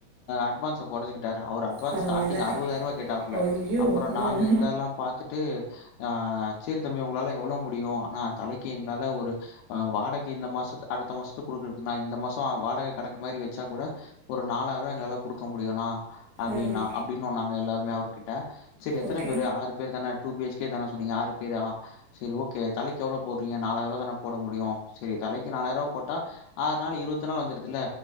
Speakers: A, on the left; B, on the right.
A: அட்வான்ஸ்ஸ கொறச்சி ட்டார் அவர் அட்வான்ஸ்
B: பரவால்ல.
A: ஸ்ட்டாடிங் அறுவதாயிரம் ரூபா கேட்டாப்ல
B: ஐயோ!
A: அப்பறம் நாங்க
B: ம்
A: இருந்ததெல்லாம் பாத்துட்டு ஆ சேரி தம்பி உங்களால எவ்ளோ முடியும் ஆண்ண தலைக்கு எங்களால ஒரு ஆ வாடகை இந்த மாசத்து, அடுத்த மாசத்து குடுக்குறக்கு நா இந்த மாசம் வாடகை கணக்கு மாரி வச்சா கூட ஒரு நாலாயிரரூபா எங்களால குடுக்க முடியுனா அப்டின்னா
B: ம்.
A: அப்டின்னோ நாங்க எல்லாருமே அவர்கிட்ட சரி எத்தன
B: ஓகே.
A: பேரு ஆறு பேர் தானே டூ பிஹச் கே தானே சொன்னீங்க ஆறு பேரு சரி ஓகே தலைக்கு எவ்ளோ போடுறீங்க நாலாயிர ரூவா தான போட முடியும். சரி தலைக்கு நாலாயிர ரூவா போட்டா... ஆறு நாலு இருபத்திநாலு வந்துருதுல